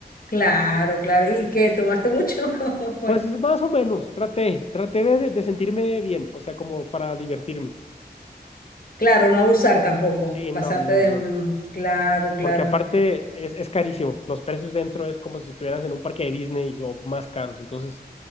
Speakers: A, on the left (about 60°); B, on the left (about 40°).
A: Claro, claro. ¿Y qué? ¿Tomaste mucho? <laughs> ¿Cómo fue?
B: Pues más o menos, traté, traté de, de sentirme bien, o sea, como para divertirme.
A: Claro, no abusar tampoco,
B: Sí,
A: pasarte
B: no, no,
A: de...
B: no.
A: mm, Claro, claro.
B: Porque aparte es, es carísimo. Los precios dentro es como si estuvieras en un parque de Disney o más caros. Entonces,